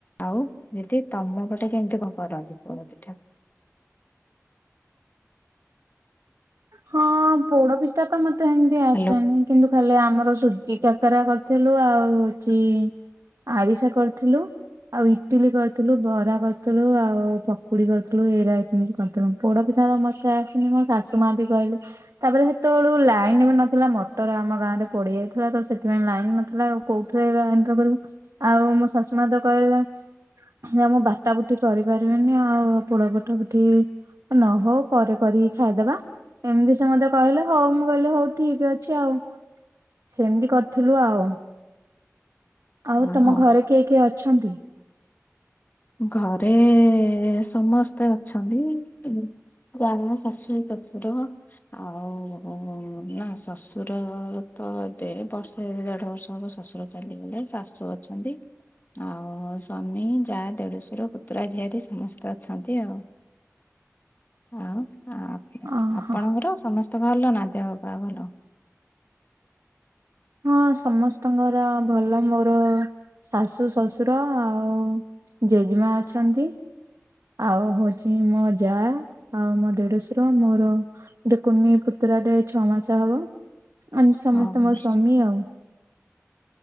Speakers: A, on the left; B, on the right.
A: ଆଉ ଦିଦି ତମ ପଟେ କେମତି କଣ କରଛି ପୁଡ ପିଠା
B: ହଁ ପୋଡ ପିଠା ତ ମତେ ସେମତି ଆସେନି।
A: ହ୍ୟାଲୋ।
B: କିନ୍ତୁ ଖାଲି ଆମର ସୁଜି କାକରା କରିଥିଲୁ ଆଉ ହଉଛି ଆରିସା କରିଥିଲୁ। ଆଉ ଇଟିଲି କରିଥିଲୁ ବରା କରିଥିଲୁ ଆଉ ପକୁଡି କରିଥିଲୁ ଏଇରା ଏମ କରିଥିଲୁ। ତେଣୁ ପୋଡ ପିଠା ତ ମତେ ଆସିନି ମୋ ଶାଶୁ ମା ବି କହିଲେ ତାପରେ ସେତେବେଳୁ ଲାଇନ ବି ନଥିଲା ମଟର ଆମ ଗାଁ ରେ ପଡି ଯାଇଥିଲା ତ ସେଥିପାଇଁ ଲାଇନ ନଥିଲା। କୋଉଠିରେ ଏଣ୍ କରୁ ଆଉ ମୋ ଶାଶୁ ମା ତ କହିଲେ ସେ ମୁଁ ବାଟା ବୁଟି କରିପାରିବିନି ଆଉ ପୋଡ ପଠା ପିଠି ନହଉ ପରେ କରିକି ଖାଇଦବା ଏମିତି ସେ ମତେ କହିଲେ ହଉ ମୁଁ କହିଲି ହଉ ଠିକ ଅଛି ଆଉ ସେମିତି କରିଥିଲୁ ଆଉ ଆଉ
A: ଓହୋ
B: ତମ ଘରେ କିଏ କିଏ ଅଛନ୍ତି?
A: ଘରେ ସମସ୍ତେ ଅଛନ୍ତି। <unintelligible> ଶାଶୁ ଶଶୁର। ଆଉ ନା ଶ୍ୱଶୁର ତ ଏବେ ବର୍ଷ ଦେଢ ବର୍ଷ ହବ ଶ୍ୱଶୁର ଚାଲିଗଲେ ଶାଶୁ ଅଛନ୍ତି ଆଉ ସ୍ଵାମୀ ଚା ଦେଢଶର ପୁତୁରା ଝିଆରିୀ ସମସ୍ତେ ଅଛନ୍ତି ଆଉ ଆଉ
B: ଅହୋ
A: ଆପଣଙ୍କର ସମସ୍ତେ ଭଲ ନା ଦେହ ପା ଭଲ
B: ହଁ ସମସ୍ତଙ୍କର ଭଲ ମୋର ଶାଶୁ ଶଶୁର ଆଉ ଜେଜେମା ଅଛନ୍ତି। ଆଉ ହଉଛି ମୋ ଯା ଆଉ ମୋ ଦେଢଶର ମୋର ଗୋଟେ କୁନି ପୁତୁରାଟେ ଛଅ ମାସ ହବ ଆ ସମସ୍ତେ
A: ହଁ
B: ମୋ ସ୍ଵାମୀ ଆଉ